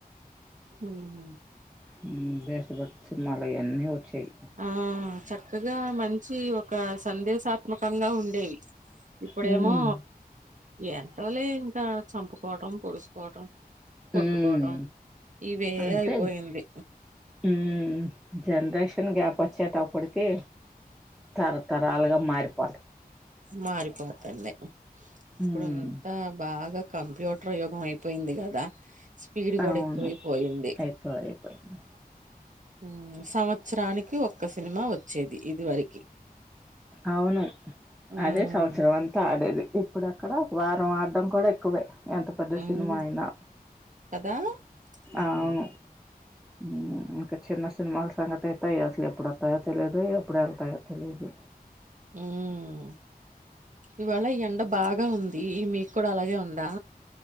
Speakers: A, on the right; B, in the centre.
A: అ హ
B: హుమ్ దేశభక్తి సినింమాలయన్నీ ఒచ్చేయ్
A: ఆ చక్కగా మంచి ఒక సందేశాత్మకంగా ఉండేవి ఇప్పుడేమో
B: హ్మ్.
A: ఎంటోలే ఇంకా చంపుకోవటం పొడుసుకోవటం కొట్టుకోవడం
B: హ్మ్.
A: ఇవే
B: అంతే
A: అయిపోయింది
B: హ్మ్ జనరేషన్ గ్యాప్ వచ్చేటప్పటికి తరతరాలుగా మారిపో
A: మారిపోతున్నాయ్ ఇప్పుడు
B: హ్మ్
A: అంతా బాగా కంప్యూటర్ యోగం అయిపోయింది కదా స్పీడ్ కూడా
B: అవును.
A: ఎక్కువై పోయింది
B: ఎక్కువ అయిపోయింది
A: హుమ్ సంవత్సరానికి ఒక్క సినిమా వచ్చేది ఇది వరకి
B: అవును
A: ఉమ్
B: అదే సంవత్సరం అంతా ఆడేది ఇప్పుడు అక్కడ వారం ఆడ డం కూడా ఎక్కువే ఎంత పెద్ద
A: ఉమ్
B: సినిమా అయినా
A: కదా ఉమ్
B: అవును హుమ్ ఇంకా చిన్న సినిమాల సంగతైతే అసలు ఎప్పుడోత్తయో తేలీదు ఎప్పుడు వెల్తాయో తెలీదు
A: హుమ్ ఇవాళ ఎండాబా గా ఉంది మీకు కూడా అలాగే ఉందా